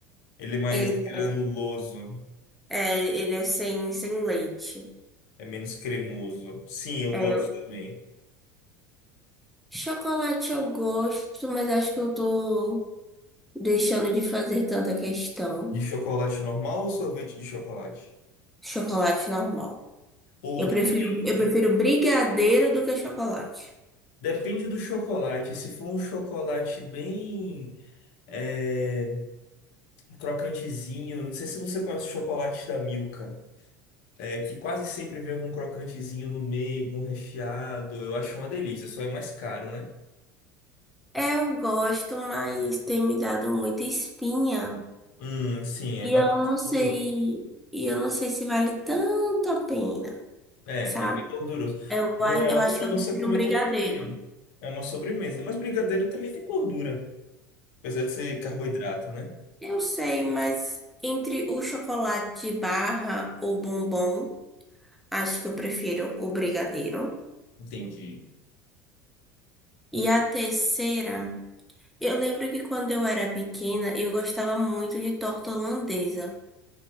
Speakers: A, on the left; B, in the centre.
A: ele é mais
B: Ele
A: granuloso,
B: é, é, ele é sem, sem leite.
A: é menos cremoso. Sim, eu
B: é
A: gosto também.
B: Chocolate eu gosto, mas acho que eu tô deixando de fazer tanta questão.
A: De chocolate normal ou sorvete de chocolate?
B: Chocolate normal.
A: Ou
B: Eu
A: depende.
B: prefiro, eu prefiro brigadeiro do que chocolate.
A: Depende do chocolate. Se for um chocolate bem é, crocantezinho, não sei se você conhece o chocolate da Milka. É, que quase sempre vem algum crocantezinho no meio, algum recheado. Eu acho uma delícia, só é mais caro, né?
B: Eu gosto, mas tem me dado muita espinha.
A: Hum, sim, é
B: E
A: bastante
B: eu não sei,
A: gorduroso.
B: e eu não sei se vale tanto a pena,
A: É,
B: sabe?
A: é bem gorduroso.
B: Eu,
A: Não
B: a-
A: é
B: eu
A: algo
B: acho
A: para
B: que eu
A: você
B: prefiro
A: comer
B: um brigadeiro.
A: todo dia. É uma sobremesa. Mas brigadeiro também tem gordura, apesar de ser carboidrato, né?
B: Eu sei, mas entre o chocolate de barra ou bombom, acho que eu prefiro o brigadeiro.
A: Entendi.
B: E a terceira, eu lembro que quando eu era pequena, eu gostava muito de torta holandesa,